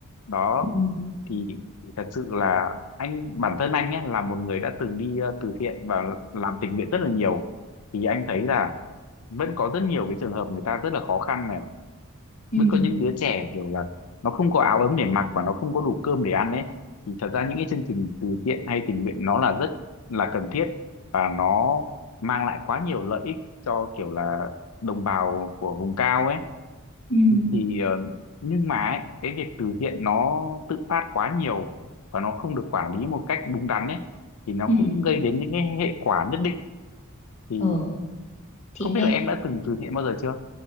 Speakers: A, on the left; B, on the left.
A: đó
B: ừ
A: thì thật sự là anh bản thân anh ấy là một người đã từng đi ờ, từ thiện và làm tình nguyện rất là nhiều thì anh thấy là vẫn có rất nhiều cái trường hợp người ta rất là khó khăn này
B: ừ
A: vẫn có những đứa trẻ kiểu là nó không có áo ấm để mặc và nó không có đủ cơm để ăn ấy thì thật ra những cái chương trình từ thiện hay tình nguyện nó là rất là cần thiết và nó mang lại quá nhiều lợi ích cho kiểu là đồng bào của vùng cao ấy
B: ừ ừ
A: thì ờ, nhưng mà ấy, cái việc từ thiện nó tự phát quá nhiều và nó không được quản lý một cách đúng đắn ấy thì nó
B: ừ.
A: cũng gây đến những cái hệ quả nhất định thì
B: ờ thì
A: không
B: em
A: biết là em đã từng từ thiện bao giờ chưa